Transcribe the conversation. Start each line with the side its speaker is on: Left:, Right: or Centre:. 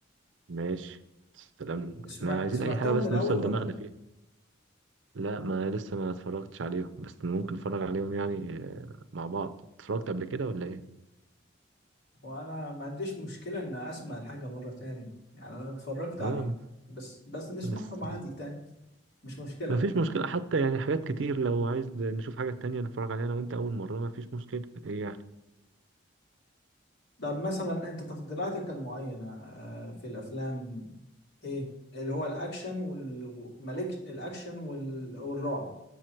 Right: ماشي سلام
Left: اسمع
Right: احنا عايزين
Left: سمعتهم
Right: اي حاجه بس
Left: من الاول
Right: نوصل
Left: ولا
Right: دماغنا
Left: لأ؟
Right: فيها لا ما لسه ما اتفرجتش عليهم بس ممكن نتفرج عليهم يعني آه، مع بعض اتفرجت قبل كده ولا ايه
Left: وانا ما عنديش مشكله ان اسمع الحاجه مره تاني يعني انا اتفرجت عليه
Right: اه
Left: بس بس نسمعهم
Right: بس
Left: عادي تاني مش مشكله
Right: ما فيش مشكله حتى يعني حاجات كتير لو عايز نشوف حاجه تانية نتفرج عليها انا وانت اول مره ما فيش مشكله ايه يعني
Left: طب مثلا انت تفضيلاتك المعينه آه، في الافلام ايه اللي هو الاكشن وال... مالك الاكشن وال... والرعب